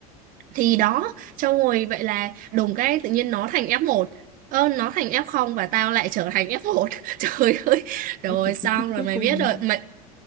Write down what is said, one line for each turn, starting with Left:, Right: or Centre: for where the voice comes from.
Right: thì đó xong rồi vậy là đùng cái tự nhiên nó thành F1 ơ nó thành F0 và tao lại trở thành F1 <laughs> trời ơi rồi
Left: ớt từ
Right: xong
Left: từ thế
Right: rồi
Left: cuối
Right: mày
Left: cùng
Right: biết rồi mày